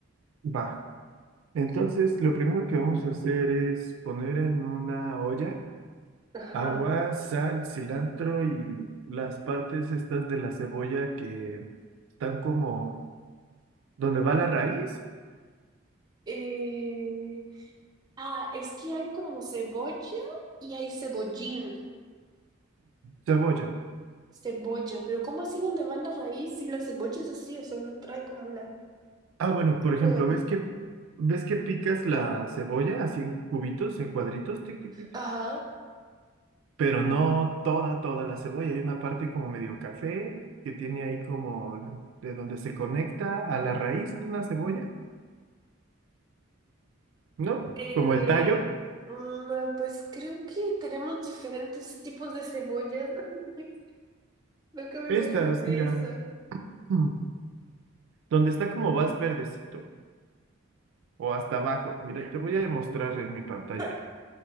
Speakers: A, on the right; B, on the right.
A: Va. Entonces, lo primero que vamos a hacer es poner en una olla
B: Ajá.
A: agua, sal, cilantro y las partes estas de la cebolla que están como donde va la raíz.
B: Eh, ah, es que hay como cebolla y hay cebollín,
A: Cebolla.
B: cebolla, pero ¿cómo así donde va la raíz? Si la cebolla es así, o sea, no trae como la
A: Ah, bueno, por ejemplo,
B: redonda.
A: ¿ves que ves que picas la cebolla así en cubitos, en cuadritos, tic, tic, tic, tic?
B: Ajá.
A: Pero no toda, toda la cebolla. Hay una parte como medio café que tiene ahí como de donde se conecta a la raíz de una cebolla, ¿no?
B: Eh,
A: Como el tallo.
B: mm, pues creo que tenemos diferentes tipos de cebollas. <laughs> Nunca me
A: Estas,
B: imaginé
A: mira,
B: eso.
A: mm, donde está como más verdecito o hasta abajo. Mira, te voy a demostrar en mi pantalla
B: <laughs>
A: acá,